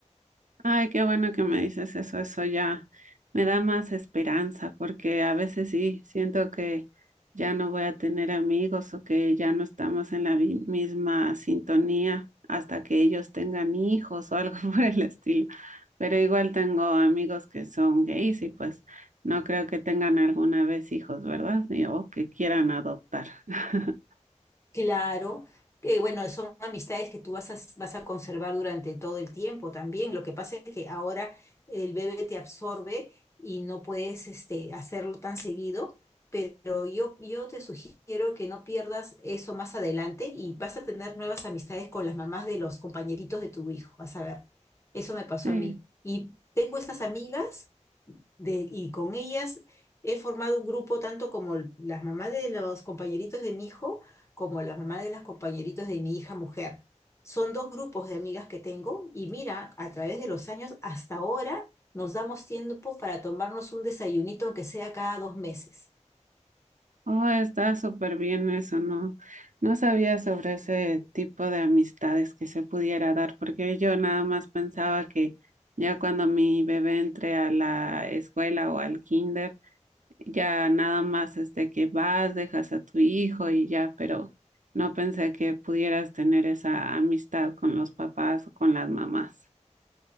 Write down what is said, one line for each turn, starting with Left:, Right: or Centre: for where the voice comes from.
Right: Ay, qué bueno que me dices eso, eso ya me da más esperanza porque a veces sí siento que ya no voy a tener amigos o que ya no estamos en la vi- misma sintonía hasta que ellos tengan hijos o algo <laughs> por el estilo. Pero igual tengo amigos que son gays y pues no creo que tengan alguna vez hijos, ¿verdad? Ni- O que quieran adoptar. <laughs>
Left: Claro, que bueno, son amistades que tú vas a, vas a conservar durante todo el tiempo también. Lo que pasa es que ahora el bebé te absorbe y no puedes este, hacerlo tan seguido, pero yo, yo te sugiero que no pierdas eso más adelante y vas a tener nuevas amistades con las mamás de los compañeritos de tu hijo. Vas a ver, eso me pasó
Right: Sí.
Left: a mí. Y tengo estas amigas de- y con ellas he formado un grupo tanto como las mamás de los compañeritos de mi hijo como la mamá de las compañeritos de mi hija mujer. Son dos grupos de amigas que tengo y mira, a través de los años hasta ahora nos damos tiempo para tomarnos un desayunito, aunque sea cada dos meses.
Right: Oh, está súper bien eso, no, no sabía sobre ese tipo de amistades que se pudiera dar, porque yo nada más pensaba que ya cuando mi bebé entre a la escuela o al kinder, ya nada más es de que vas, dejas a tu hijo y ya, pero no pensé que pudieras tener esa amistad con los papás o con las mamás.